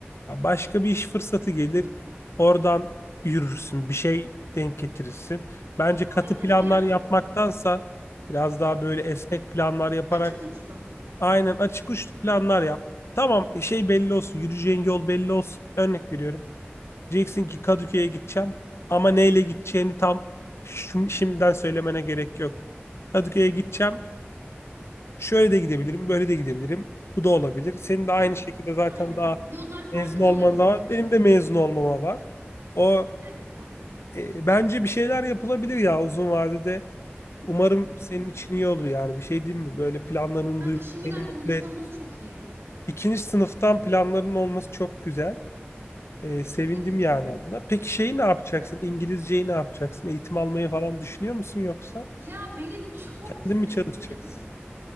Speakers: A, on the left; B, on the right.
A: Ya Başka bir iş fırsatı gelir. Oradan yürürsün. Bir şey denk getirirsin. Bence
B: Ha, aynen
A: katı planlar
B: hayat
A: yapmaktansa
B: bu.
A: biraz daha böyle esnek
B: Hı hı.
A: planlar yaparak
B: Açık uçlu.
A: aynen açık uçlu
B: Hı hı.
A: planlar yap. Tamam şey belli olsun. Yürüyeceğin yol belli olsun. Örnek veriyorum. Diyeceksin ki Kadıköy'e gideceğim ama neyle gideceğini tam şim- şimdiden söylemene gerek yok. Kadıköy'e gideceğim. Şöyle de gidebilirim, böyle de gidebilirim. Bu da olabilir. Senin de aynı
B: Evet.
A: şekilde zaten
B: Aynen.
A: daha
B: Yollar farklı
A: mezun olman
B: da olabilir
A: da var.
B: varış
A: Benim
B: noktası.
A: de mezun olmama var. O
B: Evet kanka.
A: e, bence bir şeyler yapılabilir ya uzun vadede. Umarım senin
B: Hı hı.
A: için iyi olur yani. Bir şey diyeyim mi? Böyle planlarını
B: Kanka
A: duymak
B: şimdiden
A: beni mutlu
B: konuşmamız
A: et.
B: çok iyi.
A: İkinci sınıftan planların olması çok güzel. Ee,
B: Ay teşekkür
A: sevindim
B: ederim
A: yani
B: kankam.
A: adına. Peki şeyi ne yapacaksın?
B: Ya
A: İngilizceyi ne yapacaksın? Eğitim almayı falan düşünüyor musun yoksa?
B: ya benim çok
A: Kendin
B: sevdiğim
A: mi çalışacaksın?